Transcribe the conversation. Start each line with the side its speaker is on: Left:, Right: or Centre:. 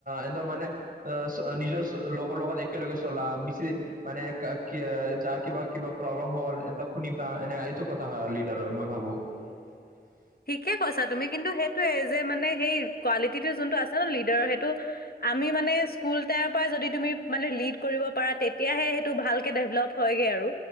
Right: এনতৰ মানে চ নিজৰ লগৰ লগত একেলগে চলা, বেছি মানে কাৰ কি আ যাৰ কিবা-কিবা প্ৰব্লেম হল এনতক শুনিবা এনে এইটো কথা হয় আৰু লিডাৰৰ মই ভাবোঁ। <unintelligible>
Left: ঠিকেই কৈছা তুমি কিন্তু সেইটোয়ে যে মানে সেই কোৱালিটিটো যোনটো আছে ন লিডাৰৰ সেইটো আমি মানে স্ক স্কুল টাইমৰ পৰা যদি তুমি মানে লিড কৰিব পাৰা তেতিয়াহে সেইটো ভালকে ডেভলপ হয়গে আৰু।